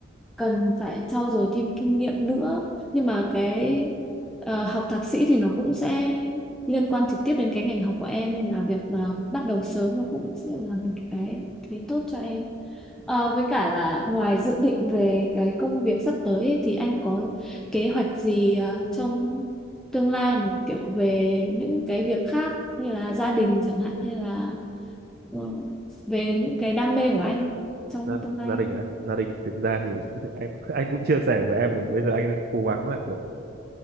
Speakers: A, in the centre; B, on the right (about 50°).
A: cần phải trau dồi thêm kinh nghiệm nữa nhưng mà cái ờ, học thạc sĩ thì nó cũng sẽ liên quan trực tiếp đến cái ngành học của em nên là việc ờ, bắt đầu sớm nó cũng sẽ là một cái thấy tốt cho em Ờ, với cả là ngoài dự định về cái công việc sắp tới ấy, thì anh có kế hoạch gì ờ, trong tương lai mà kiểu về những cái việc khác như là gia đình chẳng hạn hay là ờ, về những cái đam mê của anh trong
B: gia,
A: tương lai
B: gia đình
A: không?
B: à gia đình thực ra thì <laughs> em anh cũng chia sẻ với em thì bây giờ anh đang cố gắng là kiểu